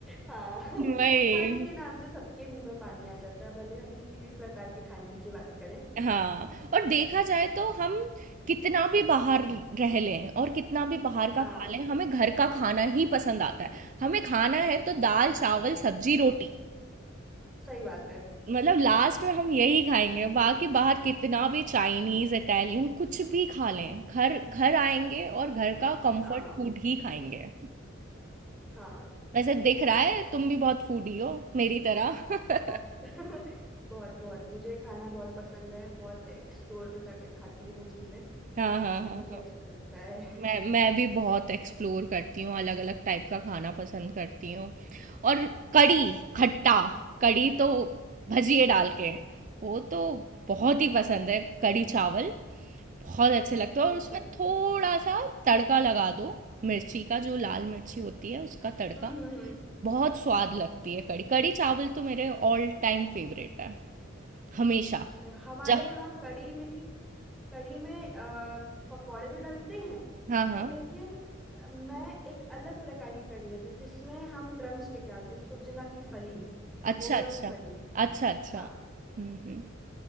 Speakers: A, in the centre; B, on the right.
A: हाँ
B: <laughs> वही
A: खाने के नाम से सबके मुंह में पानी आ जाता है भले हम किसी भी प्रकार के खाने की बात करें
B: हाँ और देखा जाए तो हम कितना भी बाहर रह लें और कितना भी बाहर का
A: हाँ
B: खा लें हमें घर का खाना ही पसंद आता है हमें खाना है तो दाल चावल सब्जी रोटी
A: सही बात है
B: मतलब लास्ट में हम यही खाएंगे बाकी बाहर कितना भी चाइनीज इटालियन कुछ भी खा लें घर घर आएंगे और घर का कंफर्ट
A: हाँ
B: फूड ही खाएंगे
A: हाँ
B: वैसे दिख रहा है तुम भी बहुत फूडी हो मेरी तरह <laughs>
A: बहुत <laughs> बहुत बहुत मुझे खाना बहुत पसंद है बहुत एक्सप्लोर करके खाती हूँ मैं चीज़ें
B: हाँ हाँ
A: तो
B: हाँ
A: मुझे अच्छा लगता है
B: मैं
A: <laughs>
B: मैं भी बहुत एक्सप्लोर करती हूँ अलग अलग टाइप का खाना पसंद करती हूँ और कड़ी खट्टा कड़ी तो भजिए डाल के वो तो बहुत ही पसंद है कड़ी चावल बहुत अच्छे लगते हैं
A: अच्छा
B: और उसमें थोड़ा सा तड़का लगा दो मिर्ची का जो लाल मिर्ची होती है उसका तड़का
A: हम्म हम्म हम्म
B: बहुत स्वाद लगती है कड़ी कड़ी चावल तो मेरे ऑल टाइम फेवरेट है हमेशा
A: अच्छा हमारे
B: जब
A: यहाँ कढ़ी में कढ़ी में आ, पकौड़े तो डलते हैं
B: हाँ हाँ
A: पर लेकिन मैं एक अलग प्रकार की कढ़ी मतलब जिसमें हम ड्रम स्टिक डालते सुरजना की फली
B: अच्छा
A: मोंगा
B: अच्छा
A: की फली
B: अच्छा अच्छा
A: हाँ
B: हम्म हम्म